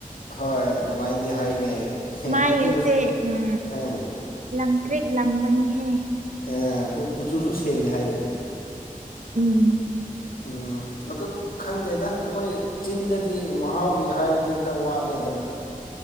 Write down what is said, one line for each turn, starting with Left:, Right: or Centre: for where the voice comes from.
Left: ꯍꯣꯏ ꯑꯗꯨꯃꯥꯏꯅꯗꯤ ꯍꯥꯏꯅꯩ
Right: ꯃꯥꯏ
Left: ꯀꯨꯆꯨꯒ
Right: ꯑꯁꯦ ꯎꯝ
Left: ꯑꯥ
Right: ꯂꯪ ꯀ꯭ꯔꯤꯛ ꯂꯪꯕꯅꯤꯍꯦ
Left: ꯑꯦ ꯀꯨꯆꯨꯁꯨ ꯁꯦꯡꯉꯦ ꯍꯥꯏꯗꯨꯗꯤ
Right: ꯎꯝ
Left: ꯎꯝ ꯑꯗꯨꯕꯨ ꯈꯪꯗꯦꯗ ꯑꯩꯈꯣꯏ ꯆꯤꯟꯗꯗꯤ ꯃꯍꯥꯎꯒꯤ ꯍꯥꯏꯔꯗꯤ ꯈꯔ ꯋꯥꯠꯂꯦꯗꯅ <inaudible>